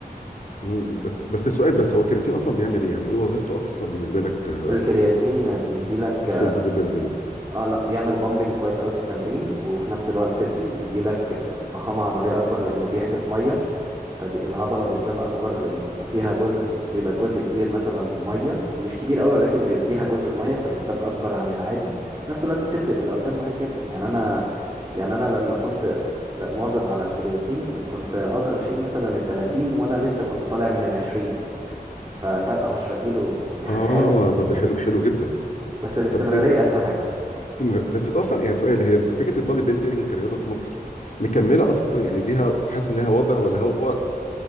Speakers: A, on the left; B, on the right.
A: مم، بس بس السؤال بس هو الكرياتين اصلا بيعمل ايه يعني ايه وظيفته اصلا بالنسبه لك آه،
B: الكرياتين بيدي لك
A: في البادي بيلدينج
B: اه لا بيعمل بامبنج كويس قوي في التمرين وفي نفس الوقت بيدي لك ضخامه عضليه اكبر لانه بيحبس ميه فالهضلة بتبان أكبر لأن بيبقى فيها جزء بيبقى جزء كبير مثلا مية مش كبير أوي ولكن بيديها جزء مية فبتبان أكبر عن العادي في نفس الوقت بتفرق في الأوزان معاك جدا يعني أنا يعني أنا لما كنت ب- مواظب على الكرياتين كنت أقدر أشيل مثلا التلاتين وأنا لسه كنت طالع من العشرين ففرق عشرة كيلو دي حاجة
A: اه
B: حلوة
A: طب ده حلو حلو جدا
B: بس الاستمرارية
A: طب انت
B: أهم حاجة
A: تمر- بس انت اصلا يعني سؤال هي فكره البادي بيلدينج كرياضه في مصر مكمله اصلا يعني ليها حاسس ان هي وضع ولا هو